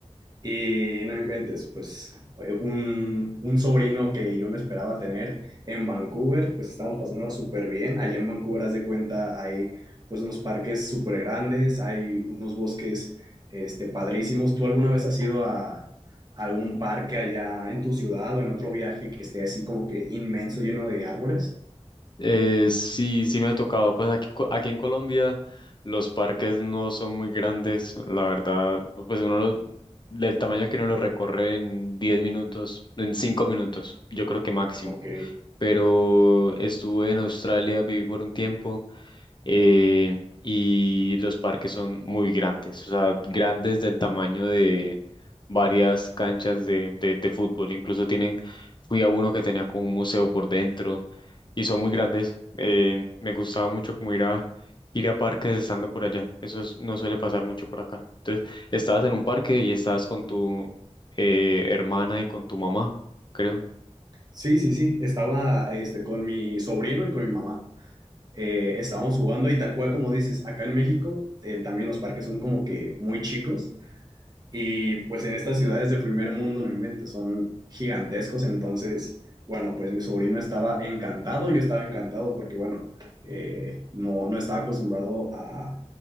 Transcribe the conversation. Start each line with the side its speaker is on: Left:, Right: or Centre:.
Right: y no inventes, pues eh, un, un sobrino que yo no esperaba tener en Vancouver, pues estamos pasándola súper bien. Allá en Vancouver, haz de cuenta, hay pues unos parques súper grandes, hay unos bosques este, padrísimos. ¿Tú alguna vez has ido a, a algún parque allá en tu ciudad o en otro viaje que esté así como que inmenso, lleno de árboles?
Left: Eh, sí, sí me ha tocado, pues aquí, co- aquí en Colombia los parques no son muy grandes, la verdad, pues uno los, del tamaño que uno lo recorre en 10 minutos, en 5 minutos, yo creo que máximo.
Right: Ok.
Left: pero estuve en Australia, viví por un tiempo eh, y los parques son muy grandes, o sea, grandes del tamaño de varias canchas de, de, de fútbol, incluso tienen, fui a uno que tenía como un museo por dentro y son muy grandes, eh, me gustaba mucho como ir a... ir a parques estando por allá. Eso es- no suele pasar mucho por acá. Entonces, estabas en un parque y estabas con tu eh, hermana y con tu mamá, creo.
Right: Sí, sí, sí. Estaba este, con mi sobrino y con mi mamá. eh, estábamos jugando y tal cual como dices, acá en México eh, también los parques son como que muy chicos y pues en estas ciudades de primer mundo, no inventes, son gigantescos, entonces, bueno, pues mi sobrino estaba encantado, yo estaba encantado porque, bueno, eh, no, no estaba acostumbrado a,